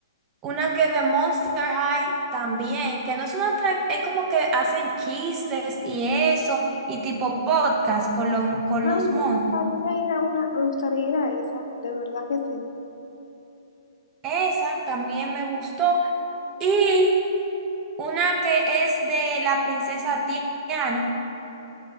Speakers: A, on the right; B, on the left.
A: Una que de Monster High también, que no es una tra- es como que hacen chistes y eso, y tipo podcast con, lo- con
B: Ay,
A: los
B: me
A: monstruos.
B: gustaría ir a una, me gustaría ir a esa, de verdad que sí.
A: Esa también me gustó. Y una que es de la princesa Tiana,